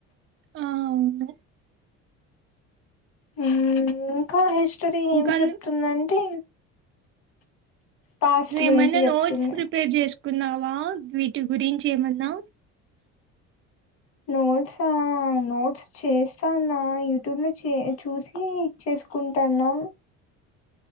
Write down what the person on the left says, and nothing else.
మ్ ఇంకా హిస్టరీ
ఏం చెప్తుందంటే
పాస్ట్
గురించి చెప్తుంది
నోట్స నోట్స చేస్తాన్నా యూట్యూబ్ లో చే చూసి చేస్ సుకుంటన